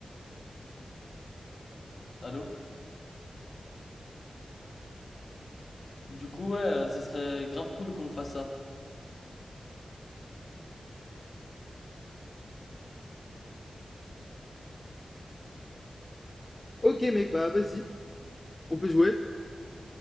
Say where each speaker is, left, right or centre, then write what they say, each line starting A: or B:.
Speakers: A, on the left (about 50°); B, on the left (about 25°).
A: Allô? Du coup, ouais, euh, ce serait grave cool qu'on fasse ça.
B: Ok mec, bah vas-y, on peut jouer.